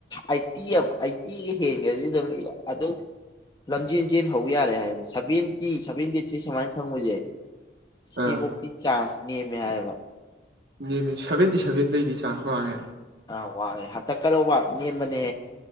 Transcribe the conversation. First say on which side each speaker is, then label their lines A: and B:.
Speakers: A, on the left (about 25°); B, on the right (about 60°).
A: ꯑꯩꯠꯇꯤ ꯑꯃ ꯑꯩꯠꯇꯤꯒ ꯍꯦꯟꯈ꯭ꯔꯗꯤ ꯑꯗꯨꯝ ꯑꯗꯨ ꯂꯝꯖꯦꯟ ꯆꯦꯟ ꯍꯧꯕ ꯌꯥꯔꯦ ꯍꯥꯏꯗ ꯁꯚꯦꯟꯇꯤ ꯁꯚꯦꯟꯇꯤ ꯊ꯭ꯔꯤ ꯁꯨꯃꯥꯏꯅ ꯐꯪꯕꯁꯦ ꯁꯤꯕꯣꯛꯇꯤ
B: ꯑꯥ
A: ꯆꯥꯟꯁ ꯅꯦꯝꯃꯦ ꯍꯥꯏꯕ
B: ꯅꯦꯝꯃꯤ ꯁꯚꯦꯟꯇꯤ ꯁꯚꯦꯟꯗꯩꯗꯤ ꯆꯥꯟꯁ ꯋꯥꯡꯉꯦ
A: ꯑ ꯋꯥꯡꯉꯦ ꯍꯟꯇꯛ ꯀꯠ ꯑꯣꯐ ꯋꯥ ꯅꯦꯝꯕꯅꯦ